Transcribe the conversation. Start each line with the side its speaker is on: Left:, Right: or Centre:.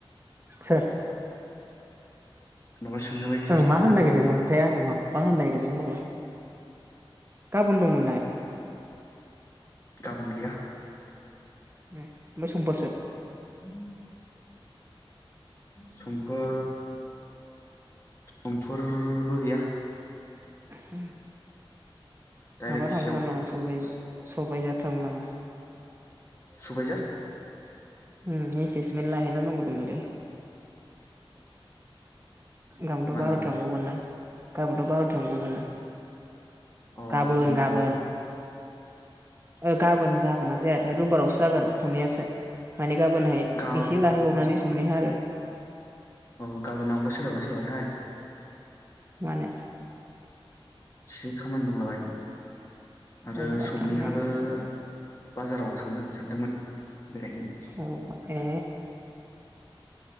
Right: सोर।
Left: माबा सोंनो बायदि
Right: मा
Left: खोनादोंमोन
Right: होननो नागिरदोंमोनथाय
Left: आं
Right: मा मा होनो नागिरदों बावबाय गाबोन दं नोंना।
Left: गाबोन गैया
Right: ए ओमफ्राय समफोरसो
Left: <inaudible> समफोर समफोरबो गैया
Right: <inaudible>
Left: डाइरेक्ट
Right: माबा थांफानो
Left: जियाव
Right: नामा स सबाय जार थांनो नामा
Left: सबायजार
Right: हम एसिसमेन्द लानो नांगौ दंमोन लै। गाबोनथ'
Left: मानलामोन
Right: बार'थायाव गगोन ना गाबोनथ' बार'थायाव गगोन ना।
Left: अ
Right: गाबोन
Left: उम
Right: गाबोन
Left: उम
Right: ओ गाबोन जागोनना जायाथाय रुबिबारावसो जागोन समनियासो माने गाबोनहाय
Left: गाबोन
Right: एसे लाहैबावनानै समनिहा आरो
Left: अ' गाबोन आंबो सोलाबगोनना सोलाबा थाय
Right: मानो।
Left: एसे खामानि दंला बायोमोन आरो
Right: अबावबा
Left: समनिहाबो
Right: थांनो नागिरदों
Left: बाजाराव थांगोन सानदोंमोन बेरायहैनो
Right: ओ ए